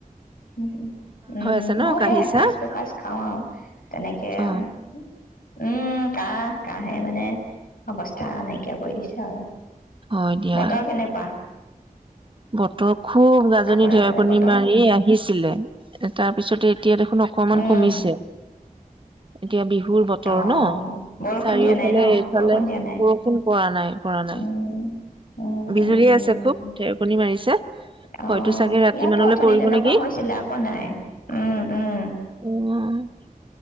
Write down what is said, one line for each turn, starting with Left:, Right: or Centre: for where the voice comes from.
Left: উ, উ, উম,
Right: আছে ন
Left: ময়ো
Right: কাহি
Left: সেই এসাঁজ,
Right: চাহ
Left: দুসাঁজ খাওঁ আৰু তেনেকে আৰু
Right: অ
Left: উম, কাহ, কাহে মানে অৱস্থা নাইকিয়া কৰি দিছে আৰু।
Right: হয়, দিয়া।
Left: বতৰ কেনেকুৱা
Right: বতৰ খুব গাজনি,
Left: আপোনাৰ
Right: ঢেৰকনি
Left: ফালে বতৰ
Right: মাৰি আহিছ <unintelligible> তাৰপিছতে এই এতিয়া দেখোন অকমান
Left: উম
Right: কমিছে। এতিয়া বিহুৰ বতৰ
Left: অ
Right: ন?
Left: বৰষুণ
Right: চাৰিওফালে
Left: দিয়া নাই ন
Right: এইফালে
Left: বৰষুণ দিয়া নাই
Right: বৰষুণ পৰা নাই, পৰা নাই।
Left: উম উম
Right: বিজুলীয়াই
Left: উম উম
Right: আছে খুব, ঢেৰকনি মাৰিছে,
Left: অ
Right: হয়তো চাগে ৰাতি
Left: ইয়াতো
Right: মানলৈ
Left: অথনি
Right: পৰিব
Left: তেনেকুৱা
Right: নেকি‌,
Left: হৈছিলে আকৌ নাই উম উম
Right: <unintelligible>